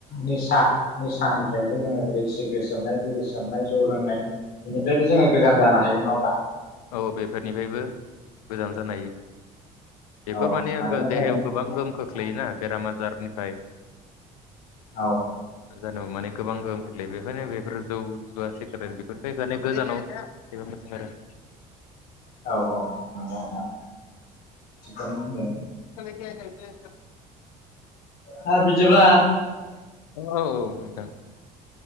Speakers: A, on the left; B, on the left.
A: निसा निसानिफ्रायबो जोङो दिेरै सिग्र्रिद सोबनाय बिरि सोबनाय जौ लोंनाय बेनिफ्रायबो जोङो गोजान जानो हायो नङा होमबा?
B: औ बेफोरनिफ्रायबो गोजान जानो हायो। बेफोर
A: औ
B: माने
A: मानोना
B: देहायाव
A: जोङो
B: गोबां गोहोम खोख खोख्लैयोना बेराम आजारनिफ्राय।
A: औ
B: जानौ माने गोबां गोहोम खोख्लैयो बेफोरनो बेफोर जौ जुवा सेकेरे बेफोरफोरखौ माने गोजानाव जबो मोजां आरो
A: औ औ मोजां नोंथां। बेखौनो बुंदों।
B: जे जे जे
A: ह बिदिब्ला
B: औ औ औ मोनदों।